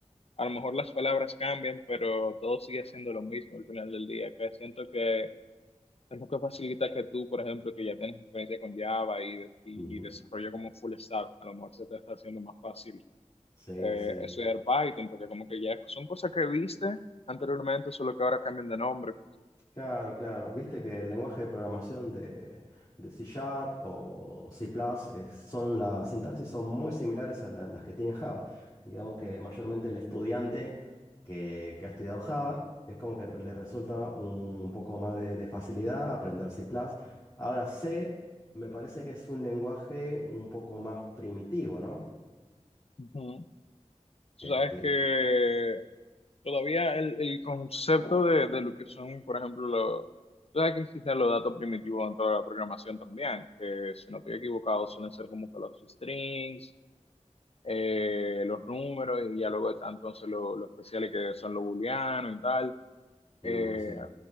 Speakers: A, on the left (about 55°); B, on the left (about 35°).
A: a lo mejor las palabras cambian, pero todo sigue siendo lo mismo al final del día, que siento que es lo que facilita que tú, por ejemplo, que ya tienes experiencia con Java y, de- y
B: Ujú.
A: desarrollo como full stack, a lo mejor se te está haciendo más fácil
B: Sí,
A: eh,
B: sí.
A: estudiar Python, porque como que ya son cosas que viste anteriormente, solo que ahora cambian de nombre.
B: Claro, claro. Viste que el lenguaje de programación de, de C Sharp o C++ Plus es- son las sintaxis son muy similares a la- las que tiene Java. Digamos que mayormente el estudiante que, que ha estudiado Java es como que le resulta un poco más de, de facilidad aprender C++. plus Ahora C me parece que es un lenguaje un poco más primitivo, ¿no?
A: Ujú. Tú
B: Este,
A: sabes que todavía el, el concepto de, de lo que son, por ejemplo, los... Tú sabes que existen los datos primitivos en toda la programación también, que si no estoy equivocado suelen ser como que los strings, eh, los números y ya luego están entonces los, los especiales que son los booleanos y tal.
B: Mm,
A: Eh,
B: sí.